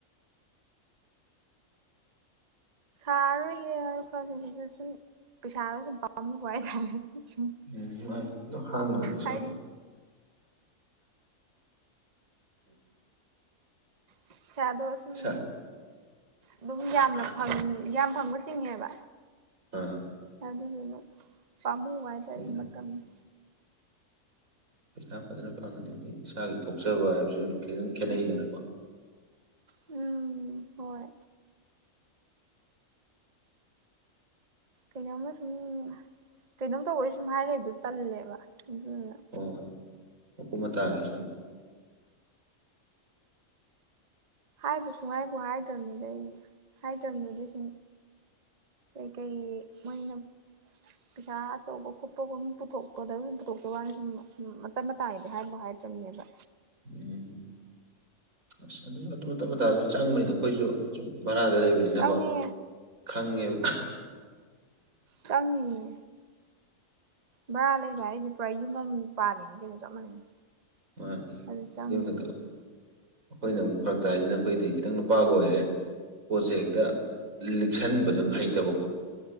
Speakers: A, on the right; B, on the right.
A: ꯁꯥꯔꯔꯣꯏꯒꯦꯅ ꯈꯜꯂꯤꯅꯤꯗꯥ ꯁꯨꯨꯝ ꯄꯩꯁꯥꯗꯨ ꯁꯨꯝ ꯄꯥꯝꯃꯨꯕ ꯍꯥꯢꯇꯥꯔꯦ ꯁꯨꯝ
B: ꯎꯝ ꯃꯥꯅꯤ ꯑꯗꯨ ꯍꯥꯡꯅ ꯂꯩꯕꯁꯨ
A: ꯍꯥꯏꯗꯤ
B: <unintelligible>
A: ꯄꯩꯁꯥꯗꯣ ꯁꯨꯝ
B: ꯏꯁꯥ
A: ꯑꯗꯨꯝ ꯌꯥꯝꯅ
B: ꯃꯥꯅꯦ
A: ꯐꯪ ꯌꯥꯝ ꯐꯪꯕ ꯆꯤꯡꯉꯦꯕ
B: ꯑꯥ
A: ꯑꯗꯨꯗꯨꯅ ꯄꯥꯝꯃꯨꯕ ꯍꯥꯏꯇꯥꯔꯦ
B: ꯑꯗꯨꯅ
A: ꯃꯇꯝꯖ‌ꯦ
B: ꯄꯩꯁꯥ ꯐꯖꯅ ꯐꯪꯉꯅꯤ ꯑꯗꯩꯗꯤ ꯏꯁꯥꯒꯤ ꯊꯣꯛꯆꯕ ꯍꯥꯏꯕꯁꯨ ꯈꯤꯇꯪ ꯈꯦꯠꯅꯩꯗꯅꯀꯣ
A: ꯎꯝ ꯍꯣꯏ ꯀꯩꯅꯣꯝꯃ ꯁꯨꯝ ꯀꯩꯅꯣꯝ ꯇꯧꯕꯩ ꯁꯨꯝ ꯍꯥꯏꯔ ꯂꯩꯕꯗꫭ ꯇꯜꯂ‌ꯦꯕꯥ ꯑꯗꯨꯗꯨꯅ
B: ꯍꯣꯏ ꯃꯀꯨꯞ ꯃꯇꯥꯒꯤ ꯁꯨꯝ
A: ꯍꯥꯏꯕꯨ ꯁꯨꯡ ꯍꯥꯏꯕꯨ ꯍꯥꯏꯗ꯭ꯔꯕꯅꯤꯗ ꯑꯩꯗꯤ ꯍꯥꯏꯗ꯭ꯔꯕꯅꯤꯗꯤ ꯁꯨꯝ ꯀꯩꯀꯩ ꯃꫭꯏꯅ ꯄꯩꯁꯥ ꯑꯆꯧꯕ ꯈꯣꯠꯄꯒꯨꯝ ꯄꯨꯊꯣꯛꯄꯗꯨꯝ ꯄꯨꯊꯣꯛꯄꯥ ꯋꯥꯅ ꯁꯨꯝ ꯃꯇꯠ ꯃꯇꯥꯒꯤꯗꯤ ꯍꯥꯏꯕꯨ ꯍꯥꯏꯗ꯭ꯔꯕꯅꯦꯕ
B: ꯎꯝ ꯑꯁ ꯑꯗꯨꯝ ꯑꯗꯨꯝ ꯃꯇꯠ ꯃꯇꯥꯗ ꯆꯪꯕꯩꯅꯤꯗ ꯑꯩꯈꯣꯏꯖꯨ ꯁꯨꯝ ꯚꯔꯥꯗ ꯂꯩꯕꯅꯤꯅꯀꯣ
A: ꯆꯪꯉꯦ
B: ꯈꯪꯉꯦꯕ
A: ꯆꯪꯉꯤꯌꯦ ꯚꯥꯔꯥꯗ ꯂꯩꯕ ꯍꯥꯏꯖꯦ ꯄꯨꯔꯥ ꯌꯨꯝ ꯑꯃ ꯄꯥꯜꯂꯤꯅꯤ ꯀꯩꯅꯣ ꯆꯞ ꯃꯥꯟꯅꯩ
B: ꯃꯥꯅꯤ
A: ꯑꯗꯨ ꯆꯪꯉꯤꯅꯦ
B: ꯑꯗꯨꯏ ꯃꯊꯛꯇ ꯑꯩꯈꯣꯏꯅ ꯑꯃꯨꯛ ꯐꯔꯛ ꯇꯥꯏ ꯍꯥꯏꯖꯤꯅ ꯑꯩꯈꯣꯏꯗꯤ ꯈꯤꯇꯪ ꯅꯨꯄꯥꯒ ꯑꯣꯏꯔꯦ ꯄꯣꯠꯁꯦ ꯍꯦꯛꯇ ꯂꯤꯛꯁꯟꯕꯖꯦ ꯍꯩꯇꯕꯀꯣ